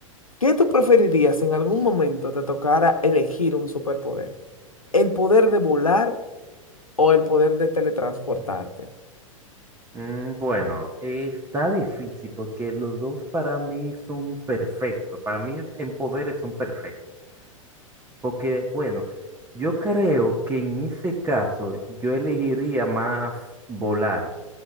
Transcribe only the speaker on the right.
Mm, bueno, está difícil porque los dos para mí son perfectos, para mí en poderes son perfectos, porque bueno, yo creo que en ese caso yo elegiría más volar